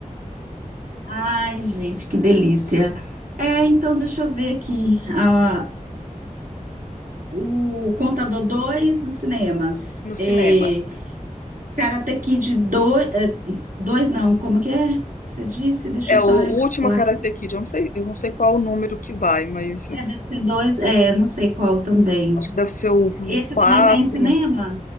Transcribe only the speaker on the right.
Ai, gente, que delícia. É, então, deixa eu ver aqui. Ah, o Contador 2 nos cinemas.
É, Karate Kid 2, é, dois não, como que é? Você disse? Deixa
eu só
recapitular
aqui.
É, deve ser dois, é, não sei qual também.
Esse
também tem em cinema?